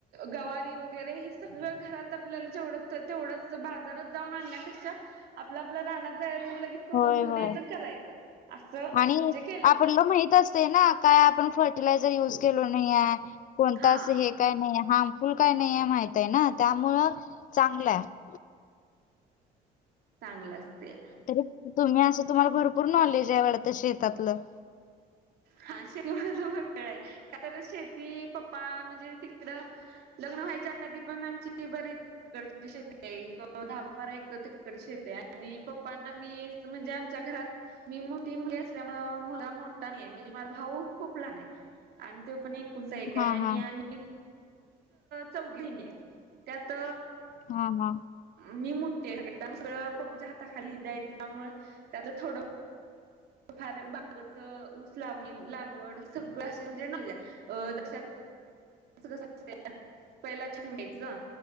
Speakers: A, on the right; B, on the left.
A: गवारी वगैरे हे, सगळं घरात आपल्याला जेवढं तेवढच बाजारात जाऊन आणण्यापेक्षा, आपल्या आपल्या रानात जायाच आणि लगेच. तोडून
B: होय
A: घेऊन
B: होय
A: यायचं, करायचं असं
B: आणि
A: म्हणजे की.
B: आपल्याला माहित असते ना, काय आपण फर्टिलायझर युज केलो नाही ये कोणता
A: हा
B: असं हे काही नाही हार्मफुल काही नाही, माहित आहे ना त्यामुळ चांगलं आहे.
A: चांगलं असतंय.
B: तरी तुम्ही असं तुम्हाला भरपूर नॉलेज आहे. वाटतं शेतातलं.
A: हा शेतीमध्ये तर भक्कळ आहे, का तर शेती पप्पा म्हणजे तिकडं. लग्न व्हायच्या आधी पण आमची बरीच तिकडची शेती एक दहा बारा एकर तिकडची शेती हाय. आणि पप्पांना मी. म्हणजे आमच्या घरात मी मोठी मुलगी असल्यामुळं मुलगा मो म्हणजे माझा भाऊ खूप लहान आहे, आणि तो पण एक कुलता एक आहे
B: हा
A: आणि
B: हा
A: आम्ही. चौघे नी त्यात.
B: हा हा..
A: मी मोठी आहे सगळ्यात त्यामुळं, सगळं पप्पांच्या हाता खाली द्यायचं त्यामुळे त्यातलं थोडं. फार बागच ऊस लावणी लागवड सगळं, असे म्हणजे असं <inaudible> पहिला छान घ्यायचं,